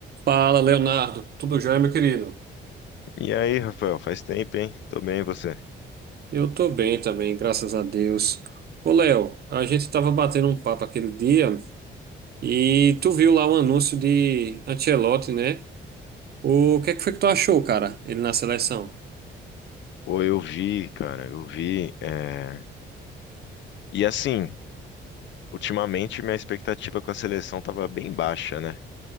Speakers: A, on the right (about 50°); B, on the left (about 65°).
A: Fala, Leonardo. Tudo jóia, meu querido?
B: E aí, Rafael, faz tempo, hein? Tô bem, e você?
A: Eu tô bem também, graças a Deus. Ô, Léo, a gente tava batendo um papo aquele dia e tu viu lá o anúncio de Ancelotti, né? O que é que foi que tu achou, cara? Ele na seleção?
B: Pô, eu vi, cara, eu vi. é, E assim, ultimamente minha expectativa com a seleção tava bem baixa, né?